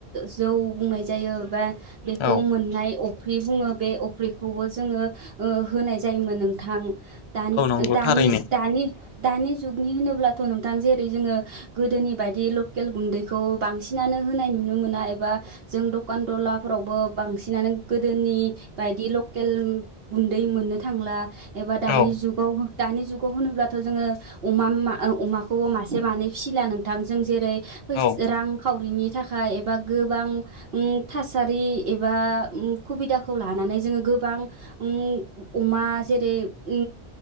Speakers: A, on the right; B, on the left.
A: जौ बुंनाय जायो बा बेखौ
B: औ
A: मोननाय अ फ्रि बुङो बे अफ्रिखौबो जोङो होनाय जायोमोन नोंथां। दान-दानि-दानि
B: औ नंगौ थारैनो
A: दानि जुगनि होनोब्लाथ' नोंथां जे रै जोङो गोदोनि बायदि लकेल गुन्दैखौ बांसिनानो होनाय नुनो मोना एबा जों दखान दलाफोरावबो बांसिनानो गोदोनि बायदि लकेल गुन्दै मोननो थांला। एबा दानि
B: औ
A: जुगाव दानि जुगाव होनोब्लाथ' जोङो अमा मा अमाखौबो मा से माने फिला नोंथांजों जेरै फैस
B: औ
A: रांखावरिनि थाखाय एबा गोबां ओ थासारि एबा खुबिदाखौ लानानै जोङो गोबां उ अमा जेरै ओ